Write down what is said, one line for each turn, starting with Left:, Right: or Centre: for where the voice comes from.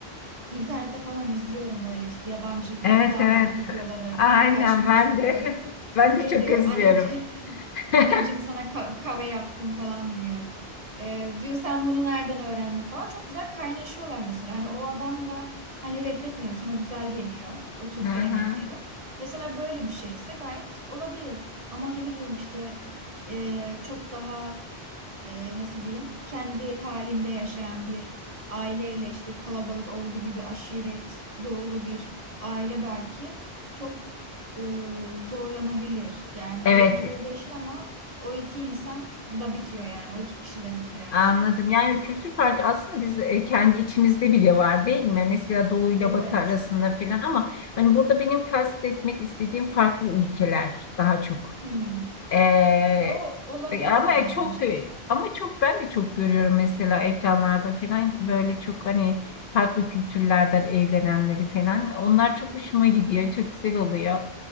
Right: internette falan izliyorum böyle işte yabancı
Left: Evet
Right: damat
Left: evet.
Right: videoları
Left: Aynen
Right: karşıma
Left: ben
Right: çıkıyor.
Left: de <laughs> ben
Right: Şey
Left: de çok
Right: diyor
Left: özlüyorum.
Right: anneciğim, <laughs> anneciğim
Left: <laughs>
Right: sana ka- kahve yaptım falan diyor. Ee, diyor sen bunu nereden öğrendin falan. Çok güzel kaynaşıyorlar mesela. Hani o adam da hani reddetmemiş ona güzel geliyor o Türk
Left: Hı hı.
Right: gelenekleri. Mesela böyle bir şeyse gayet olabilir. Ama ne bileyim işte e, çok daha e, nasıl diyeyim kendi halinde yaşayan bir aileyle işte kalabalık ordu gibi aşiret doğulu bir aile belki çok e, zorlanabilir. Yani
Left: Evet
Right: yerine göre değişir ama o iki insan da bitiyor yani o iki kişi de bitiyor her
Left: Anladım.
Right: şey.
Left: Yani kültür farkı aslında biz e, kendi içimizde bile var değil mi? Mesela Doğu ile
Right: Evet.
Left: Batı arasında falan ama hani burada benim kastetmek istediğim farklı ülkeler daha çok.
Right: Hmm.
Left: Ee,
Right: Ya o olabilir
Left: e, ama
Right: bence.
Left: çok e, ama çok ben de çok görüyorum mesela ekranlarda falan böyle çok hani farklı kültürlerden evlenenleri falan. Onlar çok hoşuma gidiyor. Çok güzel oluyor.